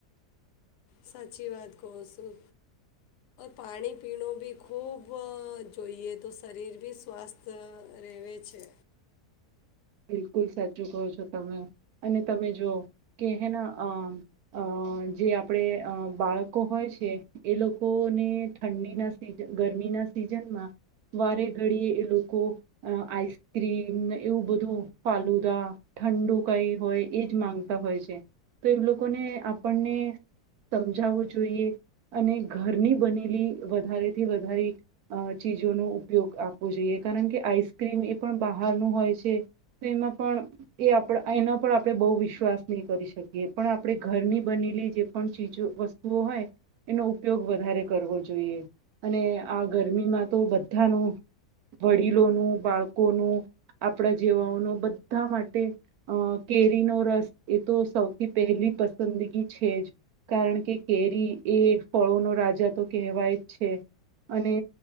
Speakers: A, on the left; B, on the right.
A: સાચી વાત કો. શું પાણી પીણ બી ખુબ જોઈએ તો શરીર બી સ્વસ્થ રહેવે છે.
B: બિલકુલ સાચું કહો છો તમે અને તમે જો કે હેના અ જે આપણે બાળકો હોય છે એ લોકોને ઠંડીના સી ગરમીના સિઝનમાં વારે ઘડીએ એ લોકો આઈસ્ક્રીમ એવું બધું ધૂ ફાલુદા ઠંડુ કઈ હોય એ જ માંગતા હોય છે તો એ લોકોને આપણને સમજાવવું જોઈએ અને ઘરની બનેલી વધારેથી વધારે ચીજોનો ઉપયોગ આપવો જોઈએ, કારણ કે આઈસક્રીમ એ પણ બહારનું હોય છે. એમાં પણ એ આપ એના પર આપણે બહુ વિશ્વાસ નહી કરી શકીએ પણ આપણે ઘરની બનેલી જે પણ ચીજો વસ્તુઓ હોય એનો ઉપયોગ વધારે કરવો જોઈએ અને આ ગરમીમાં તો બધાનું વડીલોનું બાળકોનું આપણા જેવાઓનો બધા માટે અ કેરીનો રસ એ તો સૌથી પહેલી પસંદગી છે જ કારણ કે કેરી એ ફળોનો રાજા તો કેહેવાય જ છે અને